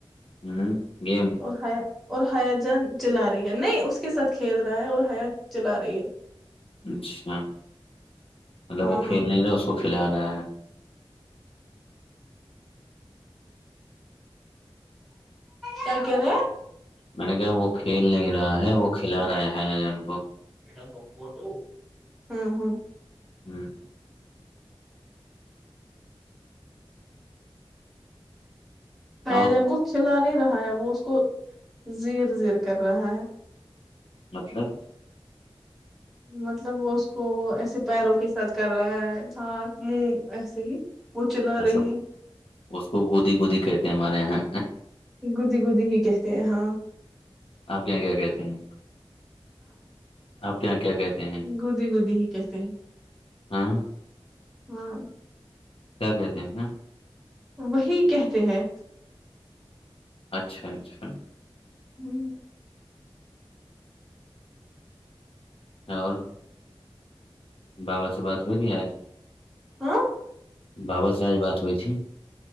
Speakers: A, on the left; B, in the centre.
A: ہوں گیم
B: اور ہیا اور ہیا جان چلا رہی ہے نہیں اس کے ساتھ کھیل رہا ہے اور ہیا چلا رہی ہے
A: اچھا مطلب
B: ہاں
A: وہ کھیل نہیں رہا اس کو کھلا رہا ہے
B: کیا کیا رے
A: میں نے کہ وہ کھیل نہیں رہا ہے وہ کھلا رہے ہے آ ہم کو
B: ہ ہ <inaudible>
A: ہوں <unintelligible>
B: ہے
A: اور
B: جن کو کھلا نہیں رہا ہے وہ اس کو زیر زیر کر رہا ہے
A: مطلب
B: مطلب وہ اس کو ایسے پیروں کے ساتھ کر رہا ہے ہ ایسے ہی وہ چلا رہی
A: اچھا
B: ہے <unintelligible>
A: اس کو گودی گودی کہتے ہیں ہمارے یہاں
B: گودی گودی ہی کہتے ہیں ہاں
A: آپ کیااں کیا کہتے ہیں آپ کے یہاں کیا کہتے ہیں
B: گودی گودی ہی کیتے ہیں
A: ہاں
B: ہاں
A: کیا کہتے ہیں نا
B: وہی کہتے ہیں
A: اچھا اچھا
B: ہوں
A: اور بابا سے بات ہوئی تھی آج
B: ہ <inaudible>
A: بابا ساج بات ہوئی تھی